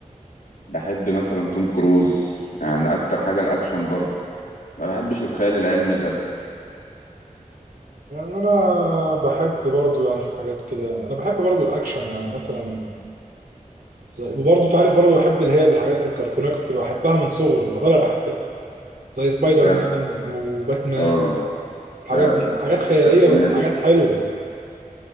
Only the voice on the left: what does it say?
بحب مثلا توم كروز يعني اكتر حاجه الاكشن برضه ما بحبش الخيال العلمي ده
جدع
اه
فعلا
الحاجات
الكرتونيه
دي